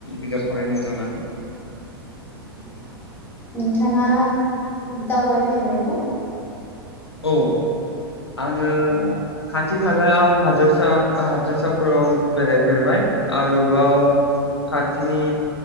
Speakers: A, on the left; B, on the left.
A: बिजाब फरायनो मोजां नाङो
B: <inaudible> नोंथाङा दावबायफेरबाय ना
A: औ आङो
B: औ
A: खाथि खाला हादोरसा हादोरसाफोराव बेरायफेरबाय आरोबाव खाथिनि